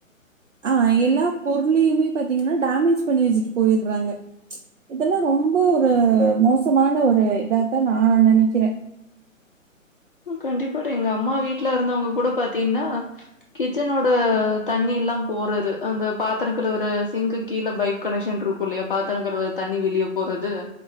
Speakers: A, on the right; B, on the left.
A: ஆஹ் எல்லா பொருளயுமே பாத்தீங்கன்னா டேமேஜ் பண்ணி வச்சுட்டு போயிறாங்க இதெல்லாம் ரொம்ப ஒரு மோசமான ஒரு இதான் நா னா நினைக்கிறே
B: கண்டிப்பா எங்க அம்மா வீட்டுல இருந்தவங்க கூட பாத்தீங்கன்னா கிச்சனோட தண்ணி எல்லாம் போறது அந்த பாத்திர ஒரு சிங்க் கீழே பைப் கனெக்ஷன் இருக்கும் இல்லைய பாத்திரம் கழுவுர தண்ணி வெளிய போறது